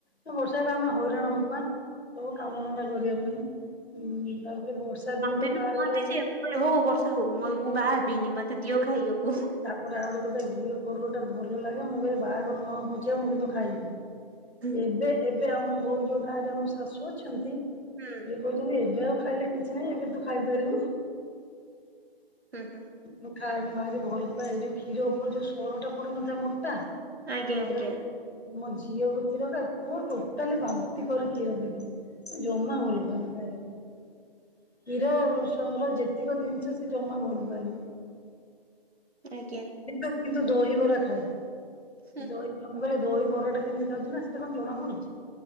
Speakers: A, on the left; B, on the right.
A: ନା ବର୍ଷା ହେଲେ ଆମେ ହଇରାଣ ହବା ସବୁ କାମଧନ୍ଦା କରିବା ପାଇଁ ଉଁ ତାପରେ ବର୍ଷା ଦିନେ
B: ମତେ
A: ତ
B: ବି
A: ବାହାଘର
B: କୁହନ୍ତି
A: ହେଲା।
B: ଯେ ମୁଁ ହଉ ବର୍ଷା ହଉ ମ ମୁଁ ବାହା ହେବିନି, ମତେ ଦିଅ ଖାଇବାକୁ।
A: ତାପରେ ଆଉ ଗୋଟେ କଥା ଘିଅ କୋରୁଅଟା ଭଲ ଲାଗେ ମୁଁ କହେ ବାହାଘର ନ ହଉ ପଛେ ମୁଁ କିନ୍ତୁ ଖାଇବି।
B: ହୁଁ ହୁଁ
A: ଏବେ ଏବେ ଆମ ବୋଉ ଯୋଉ ଗାଁରେ ଆମ ଶାଶୁ ଅଛନ୍ତି
B: ହୁଁ।
A: ଇଏ କହୁଛନ୍ତି ଏବେ ଆଉ ଖାଇଲେ କିଛି ନାହିଁ, ଏବେ ତୁ ଖାଇପାରିବୁ।
B: ହୁଁ ହୁଁ।
A: ମୁଁ ଖାଏ ମୁଁ ଭାରି ଭଲ ପାଏ, ଯୋଉ କ୍ଷୀର ଉପରେ ଯୋଉ ସରଟା ପଡି ନଥାଏ ମୋଟା?
B: ଆଜ୍ଞା
A: ସେଇଟାକୁ
B: ଆଜ୍ଞା।
A: ମୋ ଝିଅ ବି କ୍ଷୀର ଖାଏ, ପୁଅ ଟୋଟାଲି ବାନ୍ତି କରେ କ୍ଷୀର ଦେଖିଲେ। ସେ ଜମା ଭଲ ପାଏନି ଖାଇବା ପାଇଁ। କ୍ଷୀର ସର ଯେତିକ ଜିନିଷ ସେ ଜମା ଭଲ ପାଏନି।
B: ଆଜ୍ଞା।
A: କିନ୍ତୁ କିନ୍ତୁ ଦହିିବରା ଖାଏ,
B: ହୁଁ
A: ଦଇ
B: ହୁଁ
A: ମୁଁ କହିଲି ଦହିବରାଟା କେମିତି ଖାଉଛୁ ନା, ସେଥିରେ କଣ ଜଣାପଡୁଛି?